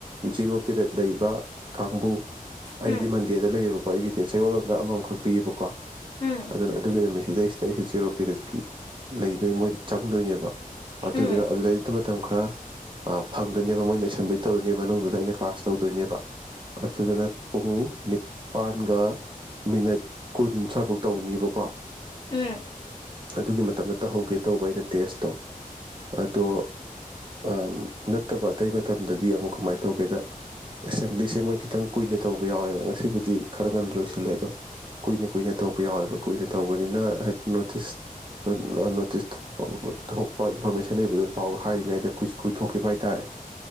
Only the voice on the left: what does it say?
ꯎꯝ ꯎꯝ
ꯎꯝ ꯎꯝ
ꯎꯝ
ꯎꯝ ꯎꯝ
ꯎꯝ